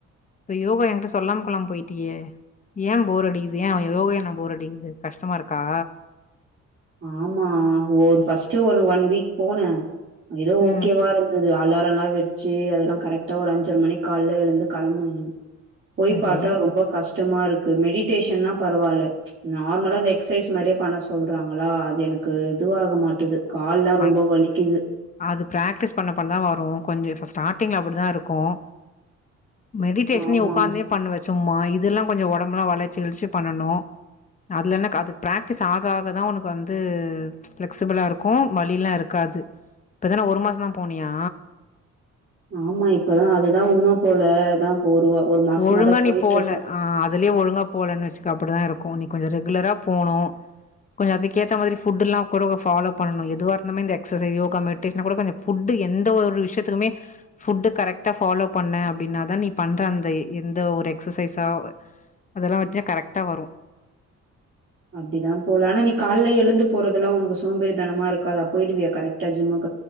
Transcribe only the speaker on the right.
ஆமா ஒரு ஃபஸ்ட்டு ஒ ரு ஒன் வீக் போனே ஏதோ ஓகேவா
இருந்து அது அலாரலா எல்லா வெச்சு அதெல்லா கரெக்டா ஒரு அஞ்சர மணி கால எழுந்து கிளம்புனு போய்
பாத்தா ரொம்ப கஷ்டமா இருக்கு மெடிடேஷன் தா பரவாயில்ல நார்மலா எக்சசைஸ் மாரியே பண்ண சொல்றாங்க ஹலோ அது எனக்கு இதுவாக மாட்டுது கால்லாம்
ரொம்ப வலிக்குது.
ஆமா,
ஆமா.
ஆமா இப்பதா அதுதா உண்ம போல ஒரு வா மாசமா
தான் போயிட்டுருக்கேன்.
அப்டிதா போல ஆனா நீ கால எழுந்து போறதுலா உனக்கு சோம்பேறி தனமா இருக்கா தா போயிடுவியா கரெக்டா ஜிம்முக்